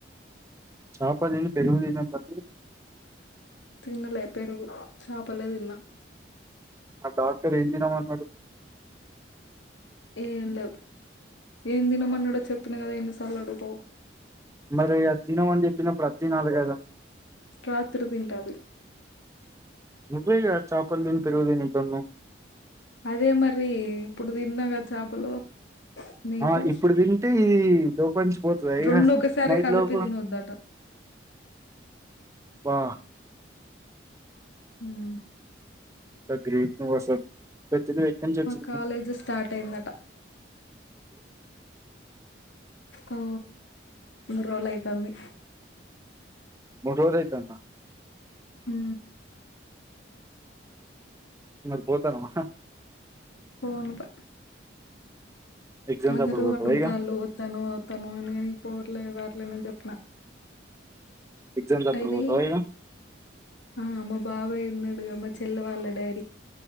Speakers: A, on the right; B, on the left.
A: చేపదిని పెరుగుదినవా.
B: తినలే పెరుగు చాపలే తిన్న.
A: ఆ డాక్టర్ ఏం తినమన్నాడు.
B: ఏం లేవు ఏం తినమన్నాడో చెప్పిన కదా ఎన్నిసార్లు అడుగుతావు.
A: మరి ఆదితిన్న తినమని చెప్పినప్పుడు అది తినాలి కదా.
B: రాత్రి తింటా అది.
A: నువ్వేగా చాపల్ తిని పెరుగు తినిందన్నావ్.
B: అదే మరి ఇప్పుడు తిన్నాగా చేపలు. నీటు
A: ఆ ఇప్పుడు తింటే ఇ దోపంచి పోతుంద ఇక
B: రెండు ఒకసారి
A: నైట్
B: కలిపి
A: లోపు.
B: తినొద్దట
A: అబ్బా.
B: హ.
A: ఎంత గ్రేట్ నువ్వు అసలు పెద్దది వేకెన్సీ ఒచ్చంది.
B: మా కాలేజ్ స్టార్ట్ అయిందట ఆ మూరోలు అయితంది
A: మూడ్ రోలు అయితందా
B: హు
A: మరి పోతన్నావా
B: పోను ప
A: ఎగ్జామ్స్
B: అందరూ
A: అప్పుడు పోతావా
B: అడుగుతాళ్ళు
A: ఇగ
B: తను తను అన్గాని పోట్లే రాట్లే నాన్ జేప్పిన
A: ఎగ్జామ్స్ అప్పుడు
B: అ ఇదీ
A: పోతావా ఇగ
B: ఆ మా బాబాయ్ ఉన్నాడుగా మా చెల్లె వాళ్ళ డాడీ